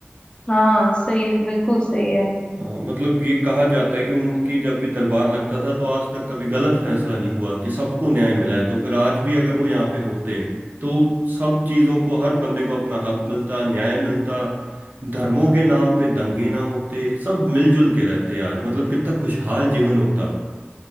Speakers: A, on the left; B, on the right.
A: हाँ सही बिल्कुल सही है
B: हाँ मतलब ये कहा जाता है कि उनकी जब भी दरबार लगता था तो आज तक कभी गलत फैसला नहीं हुआ कि सबको न्याय मिला है तो फिर आज भी अगर वो यहाँ पे होते तो सब चीज़ों को हर बंदे को अपना हक मिलता न्याय मिलता धर्मों के नाम पे दंगे ना होते सब मिलजुल के रहते यार मतलब कितना खुशहाल जीवन होता